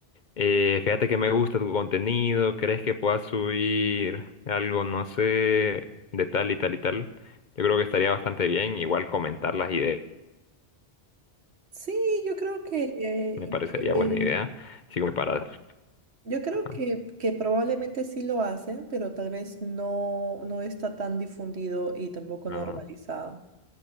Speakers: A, on the left; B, on the right.
A: Eh, fíjate que me gusta tu contenido, ¿crees que puedas subir algo, no sé, de tal y tal y tal? Yo creo que estaría bastante bien, igual comentar las ideas,
B: Sí, yo creo que, eh,
A: me parecería
B: que-
A: buena idea, así como para...
B: yo creo
A: Ah,
B: que, que probablemente sí lo hacen, pero tal vez no, no está tan difundido y tampoco normalizado.
A: ah,